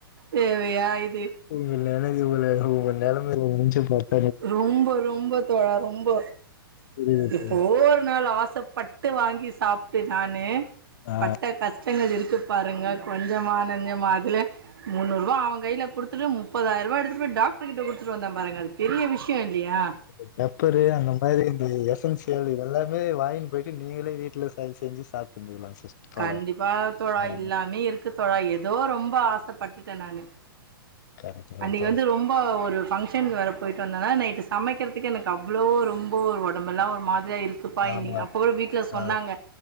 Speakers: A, on the right; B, on the left.
A: தேவையா இது
B: உங்க நெலமைய உங்க நெலமைகல நெனச்சி பாத்த
A: ரொம்ப ரொம்ப தோழா ரொம்ப
B: புரியுது
A: எப்போ
B: தோழர்
A: ஒரு நாள் ஆசப்பட் ட்டு வாங்கி சாப்ட்டு நானு
B: ஆ
A: பட்ட கஸ் ஸ்டங்கள் இருக்கு பாருங்க கொஞ்சமா நஞ்சமா அதுல முந்நூரூபா அவன் கையில குடுத்துட்டு முப்பதாயிரூபா எடுத்துட்டு போய் டாக்டர்கிட்ட குடுத்துட்டு வந்த பாருங்க அது பெரிய விஷயம் இல்லையா
B: இந்த பெப்பரு அந்த மாரி இந்த எசன்சியல் இத எல்லாமே வாங்கின்னு போயிட்டு நீங்களே வீட்டுல செஞ் செஞ்சு சாப் ந்துகளாம் சிஸ் தோழர்
A: கண்டிப்பா தோழா
B: ஆமா.
A: இல்லாமே இருக்கு தோழா ஏதோ ரொம்ப ஆசப்பட்டுட்ட நானு
B: கரெக்ட் தா
A: அன்னைக்கு
B: தோழர்
A: வந்து ரொம் ப ஒரு ஃபங்க்ஷன் வேற போயிட்டு வந்தன்னா நைட்டு சமைக்கிறதுக்கு எனக்கு அவ்வளோ ரொம்ப ஒரு உடம்பெல்லா ஒரு மாதிரியா இருக் க்குப்பா
B: ஆமா
A: இன்னை அப்ப கூட வீட்டுல
B: ஆ
A: சொன்னாங்க